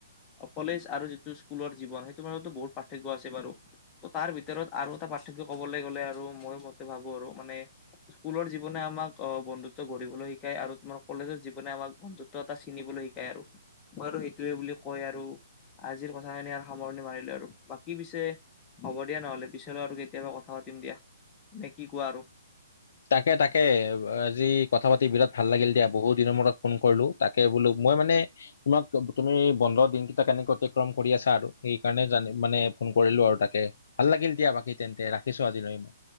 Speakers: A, on the left (about 20°); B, on the left (about 55°).
A: কলেজ আৰু যিটো স্কুলৰ জৱন সেইটো মাজতো বহুত পাৰ্থক্্য আছে বাৰু ত তাৰ ভিতৰত আৰু এটা পাৰ্থক্য কবলৈ গ'লে আৰু মই মতে ভাবো আৰু মানে স্কুলৰ জীৱনে আাক বন্ধুত্ব গঢ়িবলৈ শিকায় আৰু তোমাৰ কলেজৰ জীৱনে আমাক বন্ধুত্ব এটা চিনিবলৈ শিকায় আৰু মই সেইটোোৱে বুলি কয় আৰু আজিৰ কথাখিনি আৰু সামৰণি মাৰিলো আৰু বাকী পিছে হ'ব দিয়া নহ'লে পিছলৈ আৰু কেতিয়াবা কথা পাতিম দিয়া নে কি কোৱা আৰু
B: তাকে তাকে আজি কথা পাতি বিৰাট ভাল লাগিল দিয়া বহুত দিনৰ মূৰত ফোন কৰিলো তাকে বোলো মই মানে তোমাক তুমি বন্ধ দিনকেইটা কেনেকে অতিক্ৰম কৰি আছা আৰু সেইকাৰণে জানি মানে ফোন কৰিলো আৰু তাকে ভাল লাগিল দিয়া বাকী তেন্তে ৰাখিছো আজিলৈ ইমান